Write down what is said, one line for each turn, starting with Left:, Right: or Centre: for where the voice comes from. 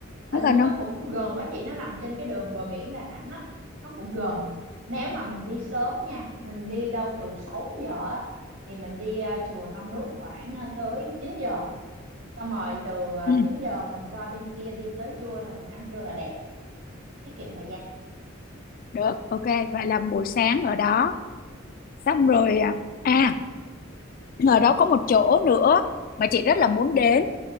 Right: hình
Left: nó gần
Right: như nó
Left: không
Right: cũng gần á chị nó nằm trên cái đường bờ biển Đà Nẵng á nó cũng gần nếu mà mình đi sớm nha mình đi đâu từ 6 giờ á thì mình đi ờ, chùa Non Nước khoảng ờ, tới chín giờ xong rồi từ ờ,
Left: ừ
Right: 9 giờ mình qua bên kia đi tới chùa là mình ăn trưa là đẹp tiết kiệm thời gian
Left: được ok vậy là buổi sáng ở đó xong rồi à à, ở đó có một chỗ nữa mà chị rất là muốn đến